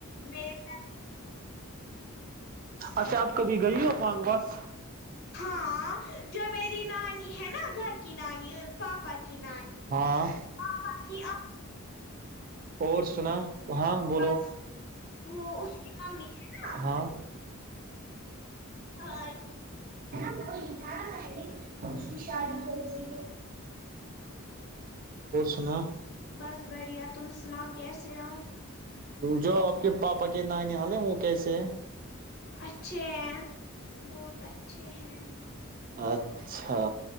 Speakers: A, on the left; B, on the right.
A: میر
B: اچھا آپ کبھی گئی ہو مانگواس
A: ہاں جو میری نانی ہے نا گھر کی نانی پاپا کی نانی
B: ہاں
A: ہاں باقی آپ
B: اور سنا ہاں بولو
A: بس وہ اس کی ممی ہے نا
B: ہاں
A: آ،
B: ن وہ تھا اس کی شادی ہو گئی تو سنا
A: بس بڑھیا تم سنا کیسے ہو
B: جو آپ کے پاپا کے نانی حال ہے وہ کیسے ہے
A: اچھے ہیں بہت اچھے ہیں
B: اچھا